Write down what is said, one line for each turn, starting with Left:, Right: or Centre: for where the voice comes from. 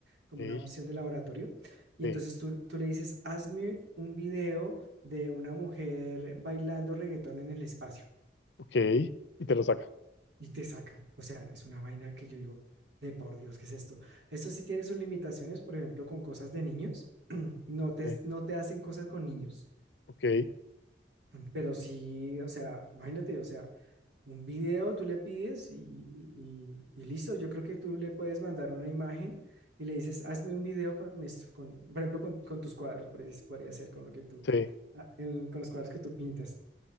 Right: como
Left: Sí,
Right: una opción de laboratorio. Y
Left: sí,
Right: entonces tú, tú le dices, hazme un video de una mujer bailando reggaetón en el espacio
Left: ok. Y te lo saca.
Right: y te saca. O sea, es una vaina que yo digo, de por Dios, ¿qué es esto? Esto sí tiene sus limitaciones, por ejemplo, con cosas de niños. <clears throat> No te,
Left: Sí,
Right: no te hacen cosas con niños.
Left: ok,
Right: Pero sí, o sea, imagínate, o sea, un video tú le pides y, y- y- y listo. Yo creo que tú le puedes mandar una imagen y le dices, hazme un video con esto, con, por ejemplo, con, con tus cuadros, por ahí podría ser con lo que tú,
Left: sí.
Right: ah, el- con los cuadros que tú pintas.